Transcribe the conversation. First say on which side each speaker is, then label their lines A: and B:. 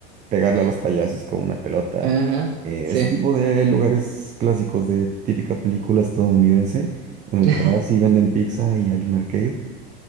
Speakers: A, on the right; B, on the right.
A: pegarle a los payasos con una pelota.
B: ajá.
A: eh,
B: Sí.
A: este tipo de lugares clásicos de típica película estadounidense, en
B: <laughs>
A: el que vas y venden pizza y hay un arcade.